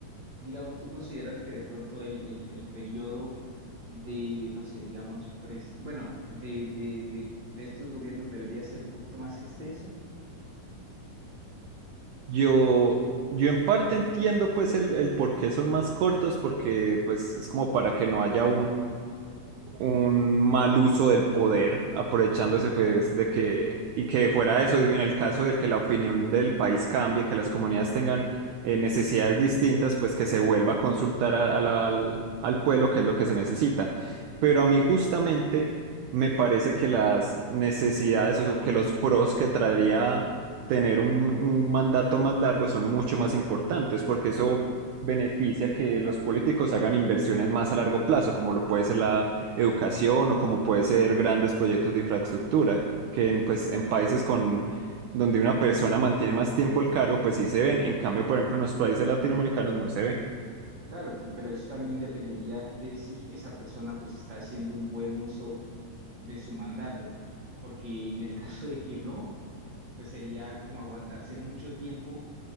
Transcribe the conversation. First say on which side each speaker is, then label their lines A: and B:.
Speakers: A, on the right (about 60°); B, on the right (about 80°).
A: Digamos, ¿tú consideras que de pronto el, el, el periodo de, no sé, digamos, presi- bueno, de, de, de, de estos gobiernos debería ser un poquito más extenso?
B: Yo, yo en parte entiendo pues el, el por qué son más cortos, porque pues es como para que no haya un mal uso del poder, aprovechándose
A: Claro.
B: pues de que, y que fuera eso, en el caso de que la opinión del país cambie, que las comunidades tengan eh, necesidades distintas, pues que se vuelva a consultar a- a la- al, al pueblo, que es lo que se necesita. Pero a mí justamente me parece que las necesidades, o que los pros que traería tener un, un mandato más largo son mucho más importantes, porque eso beneficia que los políticos hagan inversiones más a largo plazo, como lo puede ser la educación o como puede ser grandes proyectos de infraestructura, que en, pues, en países con, donde una persona mantiene más tiempo el cargo, pues sí se ven. En cambio, por ejemplo, en los países latinoamericanos no se ve.
A: Claro, que, pero eso también dependería de si esa persona pues está haciendo un buen uso de su mandato, porque en el <laughs> caso de que no, pues sería como aguantarse mucho tiempo,